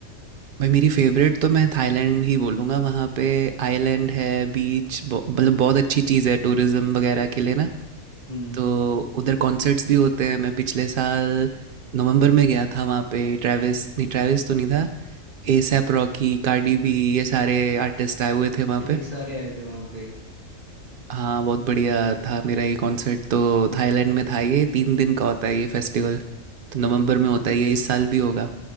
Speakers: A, on the right; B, on the right.
A: भाई मेरी फेवरेट तो मैं थाईलैंड ही बोलूँगा वहाँ पे आइलैंड है बीच मतलब बहुत अच्छी चीज़ है टूरिज्म वगैरह के लिए ना
B: हम्म
A: तो उधर कॉन्सर्ट्स भी होते हैं मैं पिछले साल नवंबर में गया था वहाँ पे ट्रेविस नहीं ट्रेविस तो नहीं था एसैप रॉकी कार्डी बी ये सारे आर्टिस्ट आए हुए थे वहाँ
B: अच्छा ये
A: पे
B: सारे आए थे वहाँ पे
A: हाँ बहुत बढ़िया था मेरा ये कॉन्सर्ट तो थाईलैंड में था ये तीन दिन का होता है ये फेस्टिवल तो नवंबर में होता है ये इस साल भी होगा